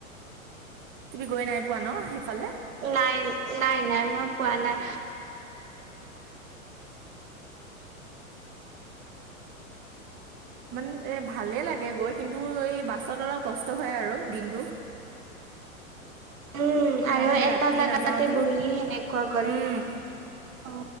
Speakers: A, on the right (about 25°); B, on the right (about 70°).
A: তুমি গৈ নাই পোৱা ন সেইফালে।
B: নাই নাই নাই মই পোৱা নাই।
A: মান এ ভালেই লাগে গৈ, কিন্তু এই বাছত অলপ কষ্ট হয় আৰু দিনটো।
B: উম, আৰু
A: মই মানে
B: এটা
A: ৰাতি
B: জেগাতে
A: নাযাও যে
B: বহি সেনে কোৱা ক'লে
A: উম
B: অ,